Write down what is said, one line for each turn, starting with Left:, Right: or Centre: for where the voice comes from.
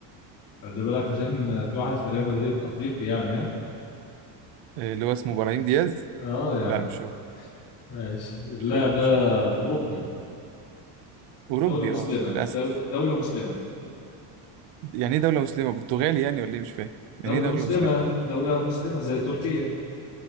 Left: خلي بالك عشان آه، في واحد في ريال مدريد أفريقي يعني ها
Right: آه اللي هو اسمه ابراهيم دياز
Left: اه يعني
Right: لا مش هو
Left: ماشي اللاعب
Right: شو
Left: ده
Right: شو
Left: أوروبي
Right: أوروبي
Left: دولة مسلمة
Right: أه للأسف
Left: دو- دولة مسلمة
Right: يعني إيه دولة مسلمة برتغالي يعني ولا إيه مش فاهم يعني
Left: دولة
Right: إيه دولة
Left: مسلمة
Right: مسلمة
Left: دولة مسلمة زي تركيا